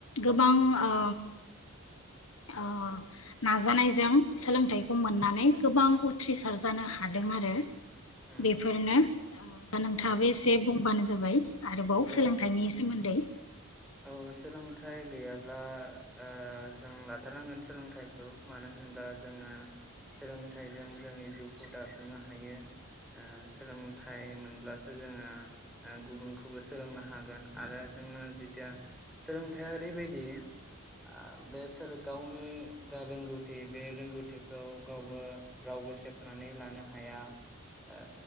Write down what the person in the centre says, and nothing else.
उम औ
औ उम
उम
औ
औ सोलोंथाइ गैयाब्ला ओ जों लाथारनांगोन सोलोंथाइखौ मानो होनब्ला जोङो सोलोंथाइजों जोंनि जिउखौ दाफुंनो हायो ओ सोलोंथाइ मोनब्लासो जोङो ओ गुबुनखौबो सोलोंनो हागोन आरो जोङो जि थिया सोलोंथाइया ओरैबायदि ओ बेसोर गावनि जा रोंगौथि बे रोंगौथिखौ गावबो रावबो सेखनानै लानो हाया ओ